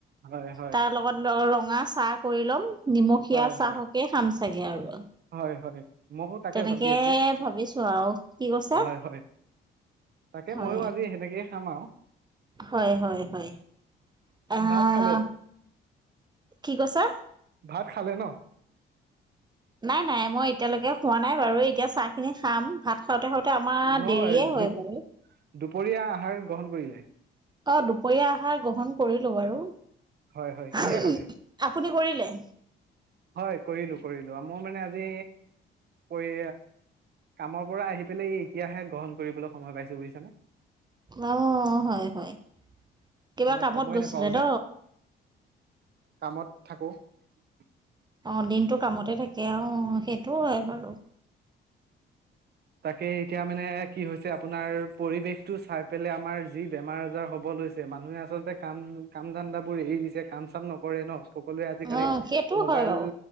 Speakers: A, on the right; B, on the right.
A: হয় হয়
B: তাৰ লগত ৰং ৰঙা চাহ কৰি ল'ম নিমখীয়া
A: হয়
B: চাহকে
A: হয়
B: খাম চাগে আৰু
A: হয় হয় ময়ো তাকে
B: তেনেকে
A: ভাবি আছো
B: ভাবিছো আৰু কি কৈছা
A: হয় হয় তাকে
B: হয়
A: ময়ো আজি সেনেকেই খাম আও
B: হয় হয় হয় আহ
A: ভাত খালে
B: কি কৈছা
A: ভাত খালে ন
B: নাই নাই মই এতিয়ালৈকে খোৱা নাই বাৰু এতিয়া চাহ খিনি খাম ভাত খাওঁতে খাওঁতে আমাৰ
A: নহয়
B: দেৰিয়ে হয়
A: দু
B: বাৰু
A: দুপৰীয়া আহাৰ গ্ৰহণ কৰিলে
B: অ দুপৰীয়া আহাৰ গ্ৰহণ কৰিলো বাৰু
A: হয় হয়
B: হাম
A: কিহে খালে
B: আপুনি কৰিলে
A: হয় কৰিলো কৰিলো মই মানে আজি পৰি কামৰ পৰা আহি পেলাই এতিয়াহে গ্ৰহণ কৰিবলৈ সময় পাইছো বুজিছানে
B: অ হয় হয় কিবা
A: না
B: কামত
A: সময়
B: গৈছিলে
A: নাপাওঁ যে
B: ন
A: কামত থাকো কে
B: অ দিনতটো কামতে থাকে আহ সেইটোও হয় বাৰু
A: তাকে এতিয়া মানে কি হৈছে আপোনাৰ পৰিৱেশটো চাই পেলাই আমাৰ যি বেমাৰ আজাৰ হবল লছে মানুহে আচলতে কাম কাম ধান্দাবোৰ এৰি দিছে কাম চাম নকৰে ন সকলোৱে আজি কালি
B: অ সেইটো
A: মোবাইল
B: হয় বাৰু